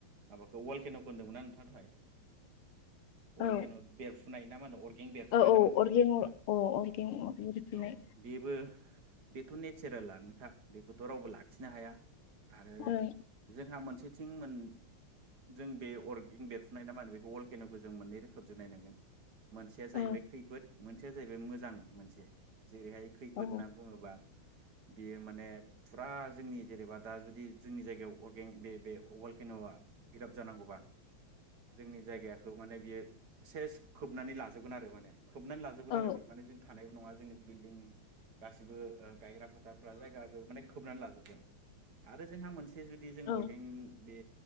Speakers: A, on the right; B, on the left.
A: माबाखौ खेन'खो होन्दोंमोना नोंथांङा दहाय वल
B: औ
A: केेन' बेब फुनाय ना मा होन आर गें बेरफ्रुनाय
B: औ औ
A: नामा होनदो
B: अरगें अर
A: ओ
B: अ अरगें अर बेरफ्रुनाय
A: औ बेबो बेथ' नेचारेलानोखा बेखौथ' रावबो लाखिनो हाया आरो
B: ओं
A: जोंहा मोनसेथि थिं मोन जों बे अरगें बेरफुनाय ना मा होनो बेखौ वलकेन'खौ जों मोननै रोखोमजों नायनांगोन मोनसेया जाहैबाय
B: औ
A: खैफोद मोनसेया जाहैबाय मोजां मोनसे जेरैहाय खैफोद
B: औ
A: होनना बुङोबा बेयो माने फुरा जोंनि जेनेबा दा जुदि जोंनि जायगायाव अरगें बे बे वलकेन'आ <unintelligible> जानांगौबा जोंनि जायगाखौ माने बियो सेस खोबनानै लाजोबगोन आरो माने खोबनानै लाजोबगोन
B: औ
A: आरो बे माने जों थानाय नङा जोंनि बिल्डिं गासिबो गायग्रा फोथारफ्रा जायगाखौ माने खोबनानै लाजोब गोन आरो जोंहा मोन से जुदि जों
B: औ
A: अरगें बे